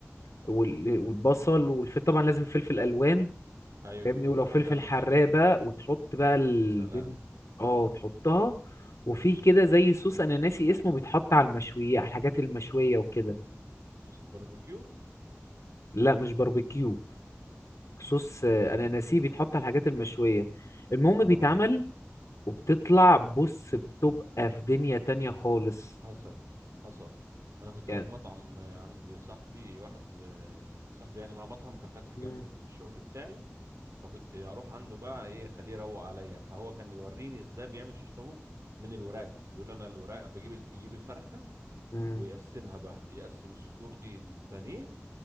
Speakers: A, on the left; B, on the right.
A: وال... والبصل والفلفل طبعا لازم فلفل الوان
B: ايوه
A: فاهمني
B: فلفل
A: ولو
B: الوان
A: فلفل
B: ده اهم
A: حراق
B: حاجه
A: بقى وتحط بقى الدنيا
B: يا سلام
A: اه وتحطها وفي كده زي صوص انا ناسي اسمه بيتحط على المشوية على الحاجات المشوية وكده
B: صوص الباربيكيو
A: لا مش باربيكيو صوص
B: امال
A: آه، انا ناسيه بيتحط على الحاجات المشوية المهم
B: اه
A: بيتعمل وبتطلع بص بتبقى في دنيا تانية خالص
B: حصل حصل انا كنت
A: يعني
B: اروح مطعم آه، عند صاحبي واحد آه، صاحبي يعني مع مطعم كان فاتح جنب
A: مم.
B: الشغل بتاعي فكنت اروح عنده بقى ايه خليه يروق عليا فهو كان يوريني ازاي بيعمل شيش طاووق من الوراك بيقول انا الوراك بجيب ال- بيجيب الفرخه
A: مم.
B: ويقسمها بقى يقسم الصدور دي للبانيه